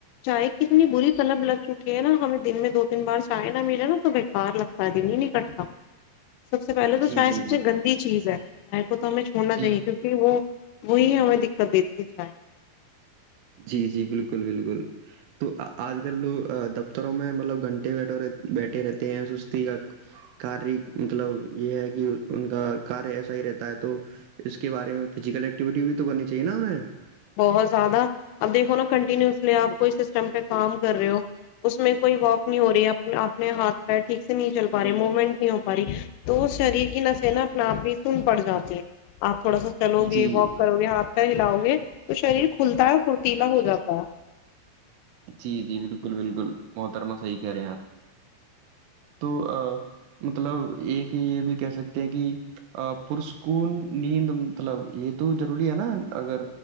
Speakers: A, on the left; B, on the right.
A: چائے کی اتنی بری طلب لگ چکی ہے نا ہمیں دن میں دو تین بار چائے نہ ملے نا تو بےکار لگتا ہے دن ہی نہیں کٹتا سب سے پہلے تو
B: جی
A: چوائس
B: جی جی
A: گندی چیز ہے آ <inaudible> کو تو ہمیں چھوڑنا
B: جی
A: چاہیے کیکہ وہ <inaudible> وہیں ہمیں دقت دیتینی چاہیں
B: جی جی بالکل بالکل تو آج کل لوگ دفتروں میں مطلب گھنٹے بیھ بیٹھے رہتے ہیں سستی کا ک مطلب یہ ہے کہ ان کا کار ایسا ہی رہتا ہے تو اس کے بارے میں فزیکل ایکٹیویٹی بھی تو کرنی چاہیے نا انہیں
A: بہت زیادہ <inaudible> اب دیکھو نا کنٹینیوسلی آپ کوئی سسٹم پہ کام کر رہے ہو اس میں کوئی واک نہیں ہو رہی ہے اپنے ہاتھ پیر ٹھیک سے نہیں چل پا رہے موومنٹ نہیں ہو پا رہی تو شریر کی نسیں نا اپنے آپ ہی سن پڑ جاتے ہیں آپ تھوڑا سا چلو گے
B: جی
A: واک کرو گے ہاتھ ہ لؤ گے <inaudible> تو شریر کھلتا ہے فھرتیلا ہو جپا <inaudible>
B: جی جی بالکل بالکل محترما صحیح کہہ رہے ہیں آپ تو مطلب ایک یہ بھی کہہ سکتے ہیں کہ پرسکون نیند مطلب یہ تو ضروری ہے نا اگر